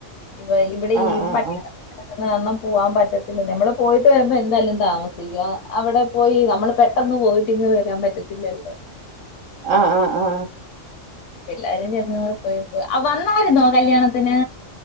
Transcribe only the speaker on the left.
ഇപ്പ ഇവിടെ
ഈ <inaudible>
പോവാൻ പറ്റത്തില്ല നമ്മള് പോയിട്ട് വരുമ്പോ എന്തായാലും താമസിക്കും അവിടെ പോയി നമ്മള് പെട്ടന്ന് പോയിട്ടിങ്ങ് വരാൻ പറ്റത്തില്ലല്ലേ
പിള്ളേരും ചേട്ടനും കൂടെ പോയേക്കുവാ ആ വന്നാരുന്നോ കല്യാണത്തിന്